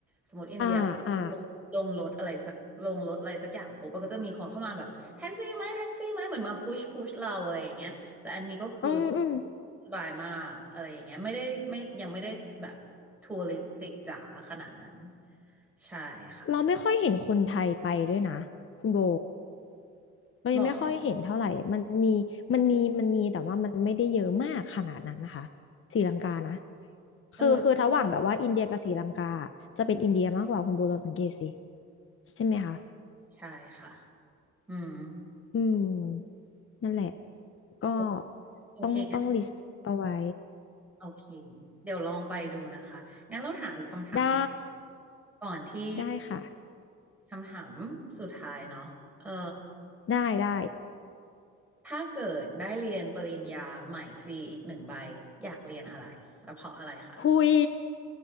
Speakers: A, in the centre; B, on the left (about 45°).
A: สมมติอินเดีย
B: อ่าอ่า
A: ลงลงรถอะไรสักลงรถอะไรสักอย่างปุ๊บมันก็จะมีคนเข้ามาแบบแท็กซี่ไหมแท็กซี่ไหมเหมือนมาพุชพุชเราอะไรอย่างเงี้ย แต่อันนี้ก็คือ
B: อืมอืม
A: สบายมากอะไรอย่างเงี้ยไม่ได้ไม่ยังไม่ได้แบบทัวริสติกจ๋าขนาดนั้นใช่ค่ะ
B: เราไม่ค่อยเห็นคนไทยไปด้วยนะคุณโบเรายังไม่ค่อยเห็นเท่าไหร่มันมีมันมีมันมีแต่ว่ามันไม่ได้เยอะมากขนาดนั้นนะคะ
A: หรอ
B: ศรีลังกานะ
A: เออ
B: คือคือระหว่างแบบว่าอินเดียกับศรีลังกาอะจะเป็นอินเดียมากกว่าคุณโบลองสังเกตสิใช่ไหมคะ
A: ใช่ค่ะอืม
B: อืมนั่นแหละก็
A: โอโอเคงั้น
B: ต้องต้องลิสต์เอาไว้
A: โอเคเดี๋ยวลองไปดูนะคะงั้นเราถามอีกคำถาม
B: ได้
A: ก่อนที่
B: ได้ค่ะ
A: คำถามสุดท้ายเนาะเออ
B: ได้ได้
A: ถ้าเกิดได้เรียนปริญญาใหม่ฟรีอีกหนึ่งใบอยากเรียนอะไรแล้วเพราะอะไรคะ
B: หุย